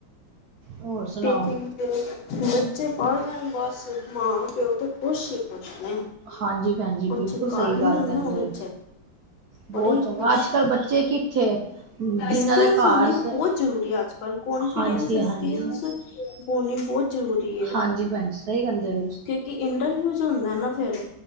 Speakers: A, on the right; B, on the left.
A: ਹੋਰ ਸੁਣਾਓ
B: ਟੀਚਿੰਗ ਤੇ ਬੱਚੇ ਪੜ੍ਹ ਜਾਨ ਬਸ, ਮਾ ਪਿਉ ਤੇ ਖੁਸ਼ ਹੀ ਖੁਸ਼ ਨੇ
A: ਹਾਂਜੀ ਭੈਣ ਜੀ
B: ਕੁਛ
A: ਬਿਲਕੁਲ
B: ਕਰਨ
A: ਸਹੀ ਗੱਲ
B: ਦੇਣ
A: ਕਹਦੇ
B: ਨਾ ਬੱਚੇ
A: ਬਹੁਤ
B: ਬੜੇ ਹੀ
A: ਚੰਗਾ
B: ਖੁਸ਼
A: ਅੱਜ ਕੱਲ੍ਹ ਬੱਚੇ ਕਿੱਥੇ ਜਿਨਾਂ
B: ਸਕਿੱਲਸ
A: ਦੇ ਘਰ
B: ਹੋਣੀ
A: ਸ-
B: ਬਹੁਤ ਜ਼ਰੂਰੀ ਅੱਜ ਕੱਲ੍ਹ ਕਾਨਫੀਡੈਂਸ
A: ਹਾਂਜੀ
B: ਐਕਸਪੀਰੀਅਸ
A: ਹਾਂਜੀ
B: ਬੋਣੀ ਬਹੁਤ ਜ਼ਰੂਰੀ ਏ
A: ਹਾਂਜੀ ਭੈਣ ਜੀ ਸਹੀ ਕਹਿੰਦੇ ਪਏ ਤੁਸੀਂ।
B: ਕਿ ਇੰਟਰਵਿਊਜ ਹੁੰਦਾ ਨਾ ਫਿਰ